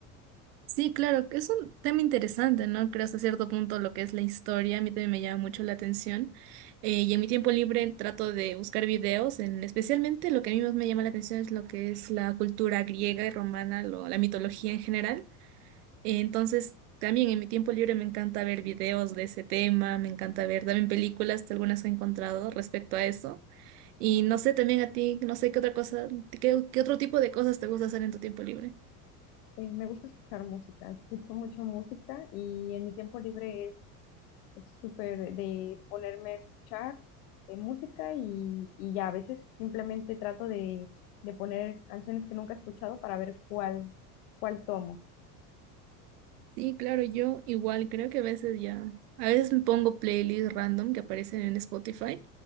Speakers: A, on the right (about 75°); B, on the left (about 70°).
A: Sí, claro, que es un tema interesante, ¿no? Creo hasta cierto punto lo que es la historia, a mí también me llama mucho la atención. Eh, y en mi tiempo libre trato de buscar videos, en, especialmente lo que a mí más me llama la atención es lo que es la cultura griega y romana, lo- la mitología en general. Eh, entonces, también en mi tiempo libre me encanta ver videos de ese tema, me encanta ver también películas, algunas que he encontrado respecto a eso. Y no sé, también a ti, no sé qué otra cosa, qué, qué otro tipo de cosas te gusta hacer en tu tiempo libre.
B: Eh, me gusta escuchar música, escucho mucho música y en mi tiempo libre es súper de ponerme a escuchar eh, música y, y ya a veces simplemente trato de, de poner canciones que nunca he escuchado para ver cuál, cuál tomo.
A: Sí, claro, yo igual creo que a veces ya, a veces me pongo playlists random que aparecen en Spotify